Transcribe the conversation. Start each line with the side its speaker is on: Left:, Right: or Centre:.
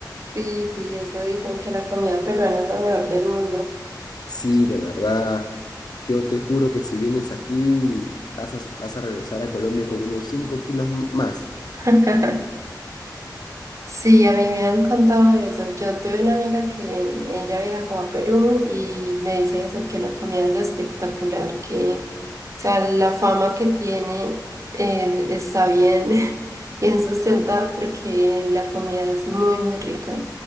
Right: Sí, sí, eso dicen que la comida peruana es la mejor del mundo.
Left: Sí, de verdad. Yo te juro que si vienes aquí, vas a, vas a regresar a Colombia con unos 5 kilos m- más.
Right: <laughs> Sí, a mí me han contado eso. Yo tuve una amiga que ella viajó a Perú y me dice eso, que la comida es espectacular, que, o sea, la fama que tiene eh, está bien. <laughs> bien sustentada porque la comida es muy, muy rica.